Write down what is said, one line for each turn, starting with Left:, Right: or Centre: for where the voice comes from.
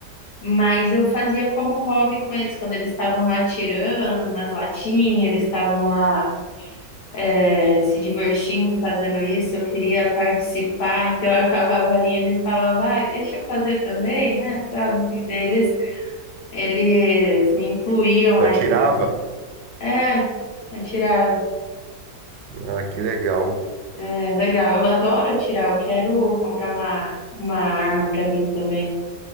Left: mas eu fazia como hobby com eles, quando eles estavam lá atirando nas latinhas, eles estavam lá, eh, se divertindo fazendo isso, eu queria participar, então eu acabava indo e falava, vai, deixa eu fazer também, né? Tá, não sei, daí eles, eles me incluíam
Right: Tu
Left: ali.
Right: atirava?
Left: É, atirar,
Right: Ah, que legal.
Left: é legal, eu adoro atirar, eu quero comprar uma, uma arma pra mim também.